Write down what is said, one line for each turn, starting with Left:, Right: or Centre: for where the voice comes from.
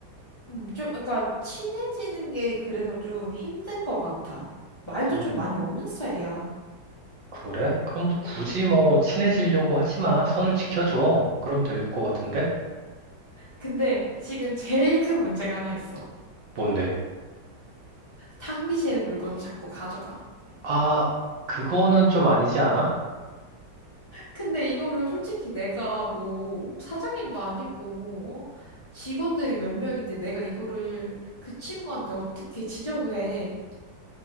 Left: 음, 좀, 그러니까 친해지는 게 그래서 좀 힘든 것 같아. 말도
Right: 음,
Left: 좀 많이 없는 스타일이야.
Right: 그래? 그럼 뭐 굳이 뭐 친해지려고 하지 마. 선을 지켜줘. 그럼 될 것 같은데?
Left: 근데 지금 제일 큰 문제가 하나 있어.
Right: 뭔데?
Left: 탕비실에 물건을 자꾸 가져가.
Right: 아, 그거는 좀 아니지 않아?
Left: 근데 이거를 솔직히 내가 뭐 사장님도 아니고 어? 직원들이 몇 명인데 내가 이거를 그 친구한테 어떻게 지적을 해?